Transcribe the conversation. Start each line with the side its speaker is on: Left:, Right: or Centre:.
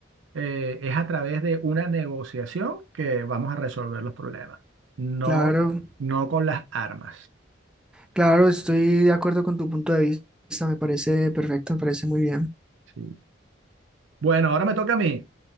Right: eh, es a través de una negociación que vamos a resolver los problemas, no,
Centre: claro,
Right: no con las armas.
Centre: claro, estoy de acuerdo con tu punto de vista. Me parece perfecto, me parece muy bien.
Right: Sí. Bueno, ahora me toca a mí.